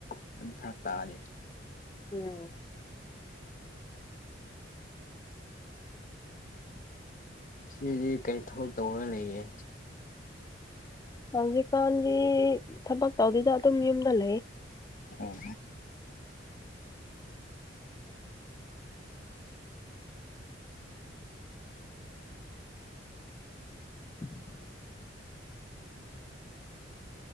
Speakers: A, on the left; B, on the left.
A: ꯑꯗꯨꯝ ꯐꯔꯛ ꯇꯥꯅꯤ
B: ꯎꯝ
A: ꯁꯤꯗꯤ ꯀꯔꯤ ꯊꯕꯛ ꯇꯧꯔꯒ ꯂꯩꯌꯦ
B: ꯍꯧꯖꯤꯛꯀꯥꯟꯗꯤ ꯊꯕꯛ ꯇꯧꯗꯦꯗ ꯑꯗꯨꯝ ꯌꯨꯝꯗ ꯂꯩ
A: ꯑꯣ
B: <inaudible>